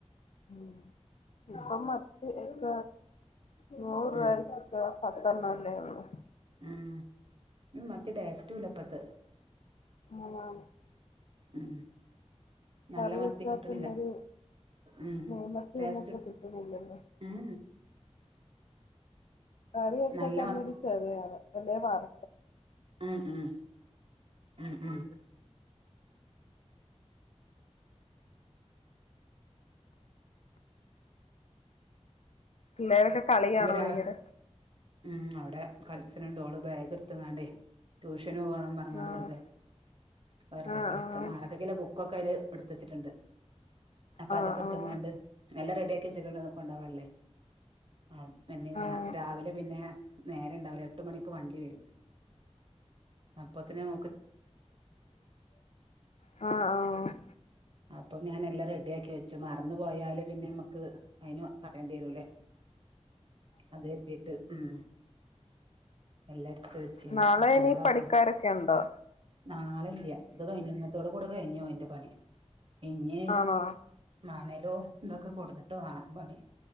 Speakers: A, on the left (about 65°); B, on the right (about 50°).
A: ഉം ഇപ്പൊ
B: ഉം
A: മത്തിക്ക നൂറ്
B: ഉം
A: രൂവക്ക പത്തണ്ണല്ലേ ഒള്ളു
B: ഉം മത്തിടെസ്റ്റൂല്ലപ്പത്ത്
A: ആണാണ്
B: ഉം നല്ല
A: കറി
B: മത്തി
A: വെച്ചാ
B: കിട്ടണില്ല
A: തന്നെ ഒരു
B: ഉം
A: നെയ്മത്തി
B: ടേസ്റ്റ്
A: ഒന്നും ഇപ്പൊ കിട്ടുന്നില്ലല്ലോ
B: ഉം
A: കറിഒക്കെ
B: നല്ല
A: തന്നെ
B: മത്തി
A: ഒരു ചെറയാണ് എല്ല വാർ
B: ഉം ഉം ഉം ഉം
A: പിള്ളേരൊക്കെ കളിയാണോ
B: ഇന്ന് രാ
A: ഭയങ്കര
B: ഉം അവിടെ കളച്ചനുണ്ടോ ഓൾ ബാഗ് എടുത്തങ്ങാണ്ടേ ടൂഷ ഷൈൻ പൊവാൻ പറഞാണ്ട്
A: ആഹ്
B: വെറുതെ വെറുതെ
A: ആഹ്
B: കളിക്ക നാളെകക്ക്ല്ലേ ബുക്കൊക്കെ അല് എടുത്തച്ചിട്ടുണ്ട് അപ്പൊ
A: ആഹ്
B: അതൊക്കെ എടുങ്ങാണ്ട്
A: ആഹ്
B: ഏല്ല റെഡി ആക്കി ച്ച് ക്ക്ണ് കൊണ്ട വല്ലേ ആ പിന്നെ
A: ആഹ്
B: രാവിലെ പിന്നെ നേര ഉണ്ടാവര് എട്ട് മണിക്ക് വണ്ടി വരും അപ്പത്തിനും
A: ആ ആ
B: അപ്പം ഞാൻ എല്ലാം റെഡി ആക്കി വെച്ചു മറന്നു പോയാല് പിന്നെ നമ്മക്ക് അതിന് പറയേണ്ടി വരൂല്ലേ അതെ എത്തിട്ട് ഉം എല്ലായിടത്തും വെച്ചു
A: നാളെ
B: അപ്പോൾ
A: ഇനി പണിക്കാരൊക്കെ
B: അത്
A: ഉണ്ടോ
B: നാളല്ല ഇത് കഴുന്നത്തോടെ കൊടു കഴിഞ്ഞു അതിന്റെ പണി ഇഞ്ഞ്
A: ആണോ
B: മ ണേലോ ഇതൊക്കെ കൊടുന്നിട്ട് വേണം പണി